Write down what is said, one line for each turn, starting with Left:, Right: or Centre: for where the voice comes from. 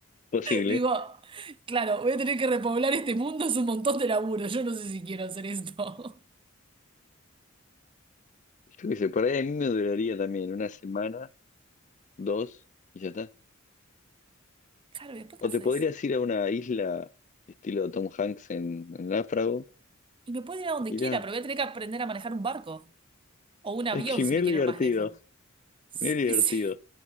Left: posible.
Right: Digo, claro, voy a tener que repoblar este mundo, es un montón de laburo. Yo no sé si quiero hacer esto.
Left: Yo qué sé, por ahí a mí me duraría también una semana, dos, y ya está.
Right: Claro, ¿y después
Left: O
Right: qué haces?
Left: te podrías ir a una isla estilo Tom Hanks en, en Náufrago.
Right: Y me puedo ir a donde
Left: Mirá,
Right: quiera, pero voy a tener que aprender a manejar un barco o un avión
Left: es que
Right: si
Left: mirá
Right: me quiero
Left: lo divertido,
Right: ir más lejos. Sí,
Left: mirá lo divertido.
Right: <laughs> sí.